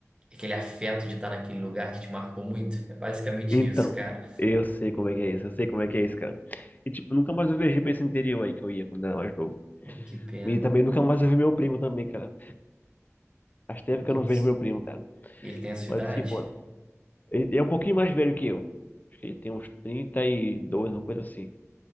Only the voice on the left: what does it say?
Então,
eu sei como é que é isso, eu sei como é que é isso, cara. E tipo, nunca mais eu viajei pra esse interior aí que eu ia quando era mais novo.
E também nunca mais eu vi meu primo também, cara. Faz tempo
que eu não vejo meu primo, cara.
Mas
assim, pô, ele é um pouquinho mais velho que eu. Acho que ele tem uns 32, uma coisa assim.